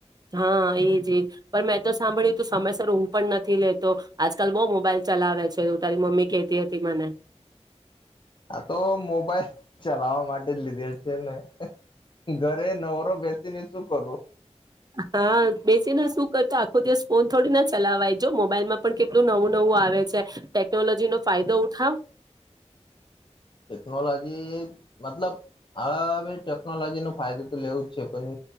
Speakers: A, on the right; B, on the left.
A: હ, એજ એ પણ મેં તો સાંભળ્યું, તું સમયસર ઉંઘ પણ નથી લેતો, આજકાલ બો મોબાઈલ ચલાવે છે એવું તારી મમ્મી કહેતી હતી મને.
B: આ તો મોબાઈલ ચલાવા માટે જ લીધેલ છે ને ઘરે નવરો બેસીને શું કરો.
A: હા બેસીને શું કરતો આખો દિવસ ફોન થોડી ના ચલાવાઈજ મોબાઈલમાં પણ કેટલું નવું નવું આવે છે ટેકનોલોજીનો ફાયદો ઉઠાવ.
B: ટેકનોલોજી મતલબ હવેવે ટેકનોલોજી નો ફાયદો તો લેવું જ છે પણ.